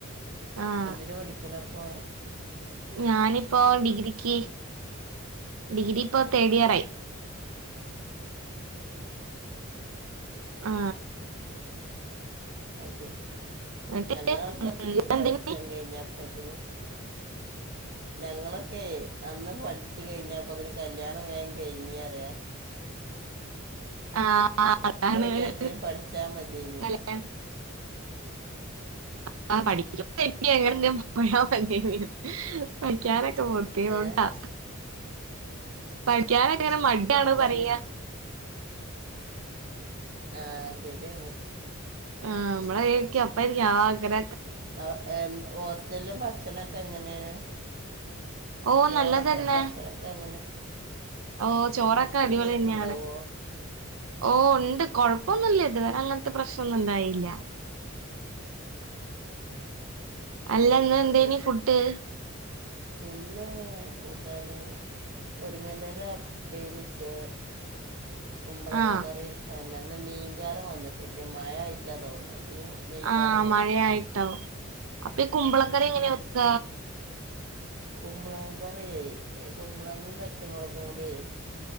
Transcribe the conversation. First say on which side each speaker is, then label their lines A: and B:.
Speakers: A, on the right (about 75°); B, on the right (about 50°).
A: ആഹ്
B: എന്തിന് പടിക്കണപ്പൊ
A: ഞാനിപ്പോ ഡിഗ്രിക്ക് ഡിഗ്രിപ്പോ തേടിയർ
B: ആ
A: ആയി ആ...
B: അഹ്ശരി <unintelligible>
A: എന്നിട്ട് എന്തിന്
B: പഠിച്ച വ് കഴിഞ്ഞപ്പതിന്. ഞങ്ങളൊക്കെയ് അന്ന് പഠിച്ച്. കൈഞ്ഞപ്പതിന് കല്യാണം വേഠ കഴിഞ്ഞൃറ്യ.
A: ആ.. അ അതാണ്
B: വിചാരിച്ചിന്
A: <unintelligible>
B: പഠിച്ചാൽ മതിയെന്ന്
A: ആ പഠിക്ക <unintelligible> മുഴുവനാവണ്ടിയേനി പഠിക്കാനൊ. തോത്തി
B: ഏ
A: ഓട്ടാ പഠിക്ക്യാനായിട്ട് ങ്ങനെ മടിയാണ്
B: പഠിക്കാന്
A: പറയ
B: ആ ശരിയാണ്
A: ആ നമ്മളരിക്കി അപ്പായിരിക്കും ആഗ്ര
B: അവ് എന്ത് ഹോസ്റ്റല് ഭക്ഷണക്കെ എങ്ങനെണ്.
A: ഓ
B: ചോറൊക്കെ
A: നല്ലതന്നെ
B: ഭക്ഷണക്കെ എങ്ങനെ
A: ഓ ചോറൊക്കെ
B: ഇറച്ചി
A: അടിപൊളിന്ന്യാണ്
B: മീനൊക്കെ ഉണ്ടാവുമോ
A: ഓ ണ്ട് കൊഴ ഇപ്പൊന്നുല്ല ഇതുവരെങ്ങൻത്തെ പ്രശ്നൊന്നുണ്ടായില്ല അല്ല ഇന്ന് എന്തേനി
B: അസരി
A: ഫുഡ്
B: ഇന്ന്... കൂ ത്താണ് മുരുങ്ങൻ്റെല പേര്യച് ഉമ്പളങ്ങ
A: ആ
B: കറി അല്ലന്ന് മീങ്കാര വന്നിട്ടില്ല മഴ ആയിറ്റാതോണ് മിം മീങ്കാരൻ
A: ആ
B: വന്നിട്ടില്ല
A: മഴയായിട്ടാവും
B: ആ മഴയ
A: അപ്പൊ ഈ കുമ്പളക്കറി എങ്ങനെ വെക്ക
B: കുമ്പളങ്ങ കറൈ കുമ്പളങ്ങിം പച്ചമുളകും കൂട്യയ്